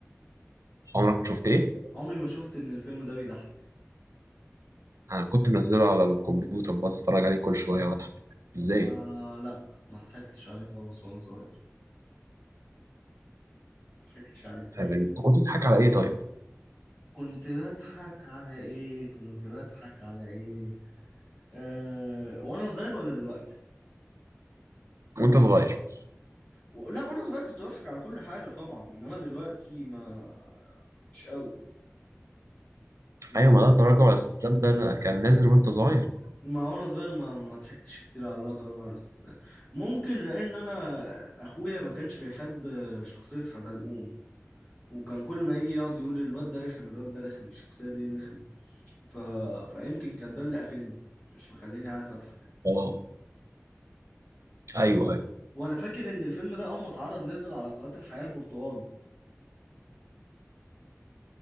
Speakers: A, on the right (about 80°); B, on the left (about 30°).
A: عمرك ما شفت إيه؟
B: عمري ما شفت ان الفيلم ده بيضحك
A: أنا كنت منزله على الكمبيوتر بقعد أتفرج عليه كل شوية وأضحك إزاي؟
B: ما لا ما ضحكتش عليه خالص وانا صغير ما ضحكتش عليه
A: حاجة غريبة. أنت كنت بتضحك على إيه طيب؟
B: كنت بضحك على ايه كنت بضحك على ايه أه... وانا صغير ولا دلوقتي
A: وأنت صغير
B: و- لا وانا صغير كنت بضحك على كل حاجة طبعا انما دلوقتي ما مش قوي
A: أيوة
B: دلوقتي.
A: ما لا تراجع ولا استسلام ده أنا كان نازل وأنت صغير
B: ما وانا صغير ما ما ضحكتش كتير على الله طبعا على الاستسلام ممكن لان انا اخويا ما كانش بيحب شخصية حزلقوم وكان كل ما يجي يقعد يقول لي الواد ده رخم الواد ده رخم الشخصية دي رخمة ف... فيمكن كان ده اللي قافلني مش مخليني عارف اضحك
A: أه أيوه أيوه
B: وانا فاكر ان الفيلم ده اول ما اتعرض نزل على قناة الحياة البرتقالي